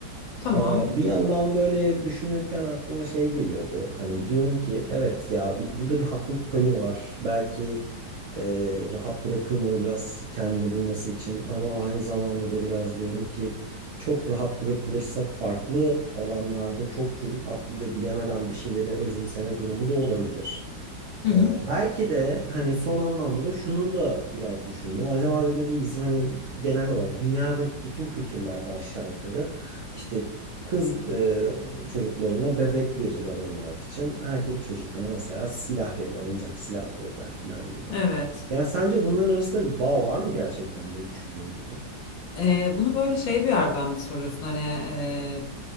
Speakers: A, on the left; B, on the right.
A: Tamam.
B: Aa, Bir yandan böyle düşünürken aklıma şey geliyordu. Hani diyorum ki evet ya bir, burada bir haklılık payı var. Belki e, rahat bırakılmalı biraz kendini bulması için ama aynı zamanda da biraz diyorum ki çok rahat bırakılırsa farklı alanlarda çok çocuk aklıyla bilemeden bir şeyleri özümseme durumu da olabilir.
A: Hı hı.
B: Ee, belki de hani son anlamda da şunun da biraz düşündüm. Acaba dedim bizim hani genel olarak dünyada bütün kültürlerde aşağı yukarı işte kız e, çocuklarına bebek verirler oynamak için. Erkek çocuklarına mesela silah verirler, oyuncak silah verirler filan gibi.
A: Evet.
B: Yani sence bunların arasında bir bağ var mı gerçekten böyle düşündüğüm gibi?
A: Ee, bunu böyle şey bir yerden mi soruyorsun? Hani e,